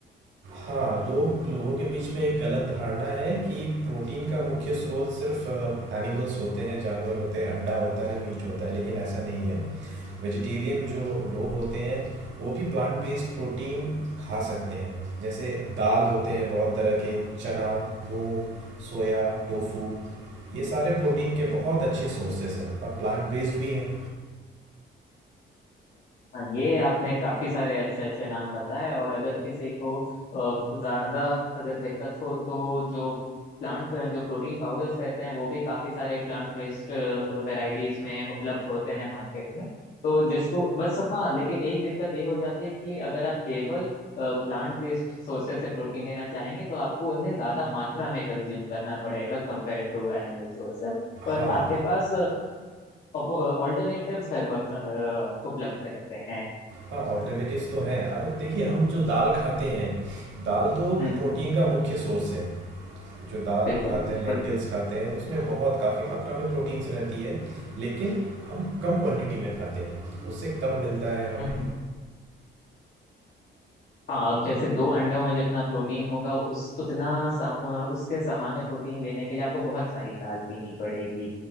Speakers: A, on the right; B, on the left.
A: हाँ लोग लोगों के बीच में एक गलत धारणा है कि प्रोटीन का मुख्य स्रोत सिर्फ एनिमल्स होते हैं जानवर होते हैं अंडा होता है मीट होता है लेकिन ऐसा नहीं है वेजिटेरियन जो लोग होते हैं वो भी प्लांट बेस्ड प्रोटीन खा सकते हैं जैसे दाल होते हैं बहुत तरह के चना मूंग सोया टोफू ये सारे प्रोटीन के बहुत अच्छे सोर्सेस हैं और प्लांट बेस्ड भी हैं
B: हाँ ये आपने काफी सारे अच्छे अच्छे नाम बताए और अगर किसी को अ, ज्यादा अगर दिक्कत हो तो जो प्लांट जो प्रोटीन पाउडर्स रहते हैं वो भी काफी सारे प्लांट बेस्ड वैरायटीज में उपलब्ध होते हैं मार्केट में तो जिसको बस हाँ लेकिन एक दिक्कत ये हो जाती है कि अगर आप केवल प्लांट बेस्ड सोर्सेज से प्रोटीन लेना चाहेंगे तो आपको उन्हें ज्यादा मात्रा में कंज्यूम करना पड़ेगा कंपेयर टू एनिमल सोर्सेज पर
A: हाँ
B: आपके पास ऑल्टरनेटिव्स हर वक्त अ, उपलब्ध रहते हैं
A: हाँ ऑल्टरनेटिव्स तो हैं और देखिए हम जो दाल खाते हैं दाल तो
B: हम्म
A: प्रोटीन
B: हम्म,
A: का मुख्य सोर्स है जो दाल
B: बिल्कुल
A: हम खाते
B: बिल्कुल
A: हैं लेंटिल्स खाते हैं उसमें बहुत काफ़ी मात्रा में प्रोटीन्स रहती है लेकिन हम कम क्वांटिटी में खाते हैं उससे कम मिलता है हमें
B: हम्म, हाँ अब जैसे दो अंडों में जितना प्रोटीन होगा उस उतना सम, अ, उसके सामान्य प्रोटीन लेने के लिए आपको बहुत सारी दाल पीनी पड़ेगी